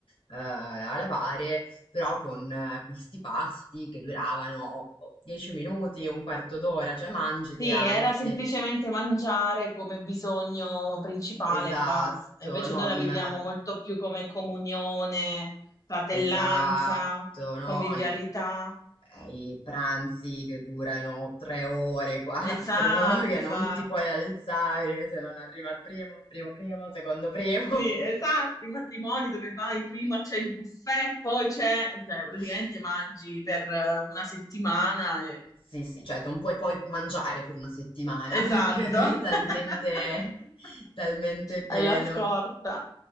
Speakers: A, on the left; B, on the left.
A: eh, a lavare, però con eh, questi pasti che duravano 10 minuti, un quarto d'ora, cioè mangi,
B: sì,
A: ti alzi.
B: era semplicemente mangiare come bisogno principale
A: Esatto,
B: e basta. Invece
A: non...
B: noi la viviamo molto più come comunione, fratellanza,
A: Esatto, no?
B: convivialità.
A: Il- eh, I pranzi che durano tre ore, quattro,
B: Esatto,
A: <laughs> che
B: esatto.
A: non ti puoi alzare se non arriva il primo, primo primo, secondo primo.
B: Sì, esatto, i matrimoni dove vai prima c'è il buffet, poi c'è, cioè praticamente
A: <laughs>
B: mangi per eh, una settimana e...
A: Sì, sì, cioè non puoi poi mangiare per una settimana
B: Esatto.
A: perché <laughs> sei talmente,
B: <laughs>
A: talmente pieno.
B: Hai la scorta.